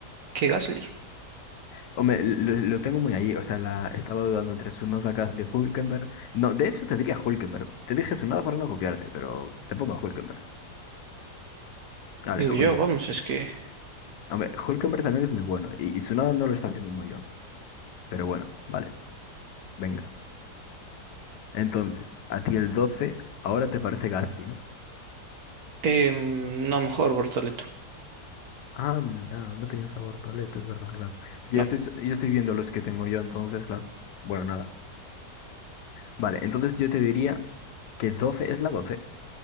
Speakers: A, on the right; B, on the left.
A: que Gasly?
B: hombre, lo, lo tengo muy ahí. O sea, la, estaba dudando entre Sunoda, Gasly, Hulkenberg. No, de hecho, te diría Hulkenberg. Te dije Sunoda para no copiarte, pero te pongo a Hulkenberg. Vale,
A: Digo yo,
B: Hulkenberg.
A: vamos, es que...
B: Hombre, Hulkenberg también es muy bueno. Y, y Tsunoda no lo está haciendo muy bien. Pero bueno, vale, venga. Entonces, a ti el 12 ahora te parece Gasly, ¿no?
A: em, no, mejor Bortoleto.
B: Ah, no, no tenía sabor paleta, es verdad, claro. Es que
A: No,
B: yo estoy, yo estoy viendo los que tengo yo, entonces, claro. Bueno, nada. Vale, entonces yo te diría que doce es la doce